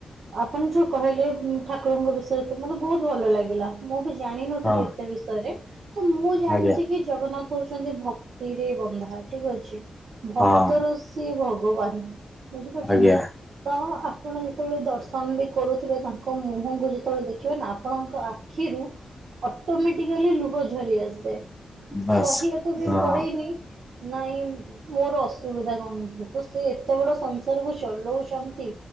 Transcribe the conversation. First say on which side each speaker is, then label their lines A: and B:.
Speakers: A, on the right (about 75°); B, in the centre.
A: ଆପଣ ଯୋଉ କହିଲେ ଠାକୁରଙ୍କ ବିଷୟରେ ତ ମତେ ବହୁତ ଭଲ ଲାଗିଲା। ମୁଁ ବି ଜାଣିନଥିଲି
B: ହଁ
A: ଏତେ ବିଷୟରେ ତ ମୁଁ ଜାଣିଛି
B: ଆଜ୍ଞା
A: କି ଜଗନ୍ନାଥ ହଉଛନ୍ତି ଭକ୍ତିରେ ବନ୍ଧା ଠିକ ଅଛି। ଭକ୍ତର
B: ହଁ
A: ସିଏ ଭଗବାନ ବୁଝିପାରୁଛନ୍ତିନା
B: ଆଜ୍ଞା
A: ତ ଆପଣ ଯେତେବେଳେ ଦର୍ଶନ ବି କରୁଥିବେ ତାଙ୍କ ମୁହଁକୁ ଯେତେବେଳେ ଦେଖିବେ ନା ଆପଣଙ୍କ ଆଖିରୁ ଅଟୋମେଟିକାଲି ଲୁହ ଝରି ଆସେ
B: ବାସ୍।
A: କହିବାକୁ ବି
B: ହଁ
A: ପଡେନି ନାଇଁ ମୋର ଅସୁବିଧା କଣ ହୋଉଛି ତ ସେ ଏତେ ବଡ଼ ସଂସାରକୁ ଚଲଉଛନ୍ତି